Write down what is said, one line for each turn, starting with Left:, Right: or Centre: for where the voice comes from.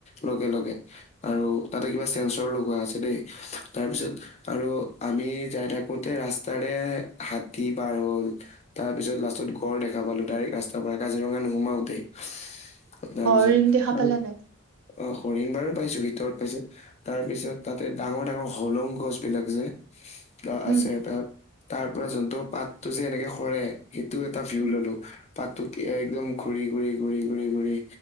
Left: লগে লগে আৰু তাতে কিবা চেন্সৰ লগোৱা আছে দেই তাৰপিছত আৰু আমি যায় থাকোঁতে ৰাস্তাৰে হাতী পাৰ হ'ল তাৰ পিছত লাষ্টত গড় দেখা পালো ডাইৰেক্ট ৰাস্তাৰ পৰা কাজিৰঙা নোসোমাওতে তাৰপিছত
Right: হৰিণ দেখা পালানে?
Left: আৰু অহ হৰিণ বাৰু পাইছোঁ ভিতৰত পাইছোঁ তাৰ পিছত তাতে ডাঙৰ ডাঙৰ হলোং গছ বিলাক যে তাত
Right: উম,
Left: আছে তাত তাৰ পৰা যোনটো পাতটো যে এনেকে সৰে সেইটো এটা ভিউ
Right: উম,
Left: ললো। পাতটো কে একদম ঘূৰি ঘূৰি ঘূৰি ঘূৰি ঘূৰি